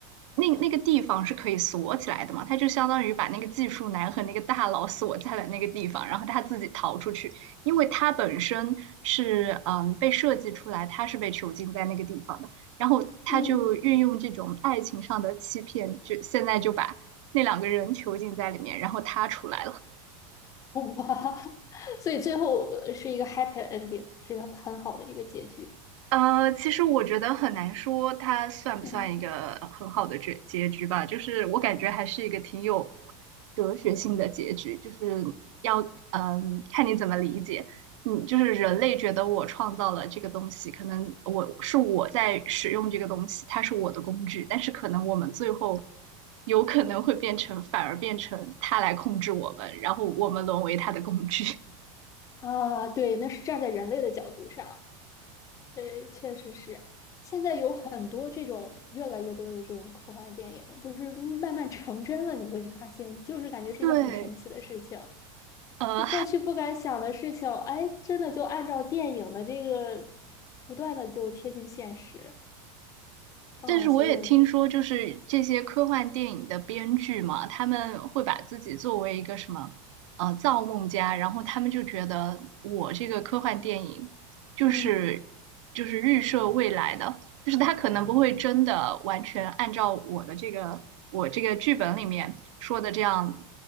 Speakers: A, on the right; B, on the left.
A: 那那个地方是可以锁起来的嘛，他就相当于把那个技术男和那个大佬锁在了那个地方，然后他自己逃出去，因为他本身是嗯被设计出来，他是被囚禁在那个地方的。然后他就运用这种爱情上的欺骗，
B: 嗯，
A: 就现在就把那两个人囚禁在里面，然后他出来了。
B: 哇，<laughs> 所以最后呃是一个 happy ending，是一个很好的一个结局。
A: 呃，其实我觉得很难说它算不算一个呃很好的结结局吧，
B: 嗯
A: 就是我感觉还是一个挺有哲学性的结局，就是要嗯看你怎么理解。嗯，就是人类觉得我创造了这个东西，可能我是我在使用这个东西，它是我的工具，但是可能我们最后有可能会变成，反而变成它来控制我们，然后我们沦为它的工具。
B: 啊，对，那是站在人类的角度上。对，确实是。现在有很多这种越来越多的这种科幻电影，就是嗯慢慢成真了，你会发现，就是感觉是一个很神奇的事情。
A: <laughs> 对，呃。
B: 就过去不敢想的事情，哎，真的就按照电影的这个不断的就贴近现实。哦，
A: 但是我也听说，
B: 所以我就，
A: 就是这些科幻电影的编剧嘛，他们会把自己作为一个什么，呃，造梦家，然后他们就觉得我这个科幻电影就是就是预设未来的，
B: 嗯
A: 就是他可能不会真的完全按照我的这个我这个剧本里面说的这样，